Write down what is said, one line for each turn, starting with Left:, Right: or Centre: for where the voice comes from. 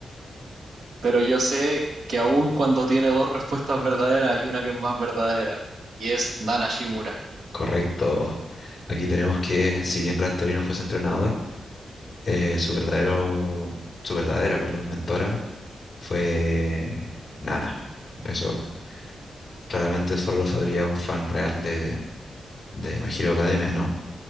Right: Pero yo sé que aún cuando tiene dos respuestas verdaderas, hay una que es más verdadera. Y es Nana Shimura.
Left: Correcto. Aquí tenemos que, si bien Gran Torino fuese entrenador, eh, su verdadero, su verdadera, perdón, mentora fue Nana. Eso claramente solo lo sabría un fan real de, de My Hero Academia, ¿no?